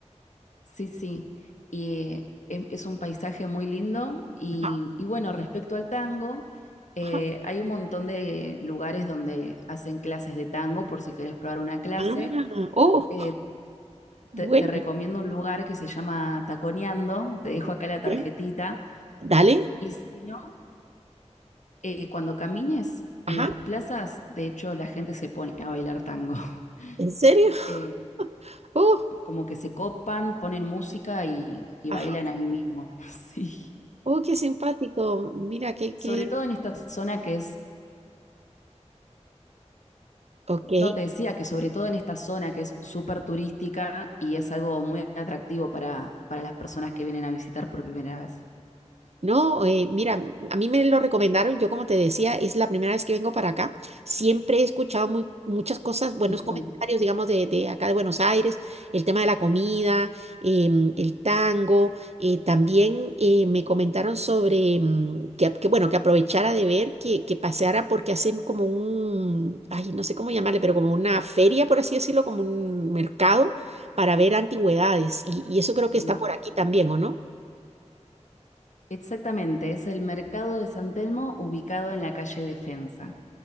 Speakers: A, on the left; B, on the right.
A: sí, sí. Y es, es un paisaje muy lindo. Y,
B: Ajá,
A: y bueno, respecto al tango, eh,
B: ajá.
A: hay un montón de lugares donde hacen clases de tango por si quieres probar una clase.
B: Ah, oh,
A: Eh,
B: Bueno,
A: te, te recomiendo un lugar que se llama Taconeando, te dejo acá la tarjetita.
B: ¿eh? dale,
A: Y si no... eh, cuando camines
B: ajá,
A: en las plazas, de hecho, la gente se pone a bailar tango. <laughs>
B: ¿en serio? <laughs>
A: Eh,
B: Oh,
A: como que se copan, ponen música y, y
B: ajá,
A: bailan ahí mismo. <laughs> Sí.
B: oh, qué simpático, mira, qué,
A: Sobre
B: qué,
A: todo en esta zona que es
B: ok,
A: no, te decía que sobre todo en esta zona que es súper turística y es algo muy atractivo para, para las personas que vienen a visitar por primera vez.
B: No, eh, mira, a mí me lo recomendaron, yo como te decía, es la primera vez que vengo para acá. Siempre he escuchado muy- muchas cosas, buenos
A: Ujú,
B: comentarios, digamos, de, de acá de Buenos Aires, el tema de la comida, em, el tango. eh, también eh, me comentaron sobre mm, que, que, bueno, que aprovechara de ver, que, que paseara porque hacen como un, ay, no sé cómo llamarle, pero como una feria, por así decirlo, como un mercado para ver antigüedades. Y, y eso creo que
A: sí.
B: está por aquí también, ¿o no?
A: Exactamente, es el mercado de San Telmo ubicado en la calle Defensa.